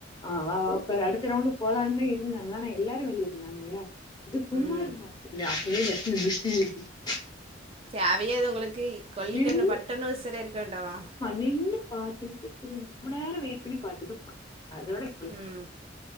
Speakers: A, on the left (about 20°); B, on the right (about 30°).
A: அ வா வா உக்காரு அடுத்து ரவுண்டு போலான்னு இருந்தாங்க ஆனா எல்லாரு வெளியிருந்தாங்களா இது குமார்
B: ம்
A: பாதிங்கலா அப்டியே தஸூ பூஸூ <unintelligible>
B: தேவையா இது உங்களுக்கு கொல்லிககண்ணு
A: நின்னு
B: பட்டோனோ செரியாயிருக்க வேண்டாமா
A: நின்னு பாத்துட்டு திரும் ரொம்ப நேர வெயிட் பண்ணி பாத்துட்டு அதோட <unintelligible>
B: ம்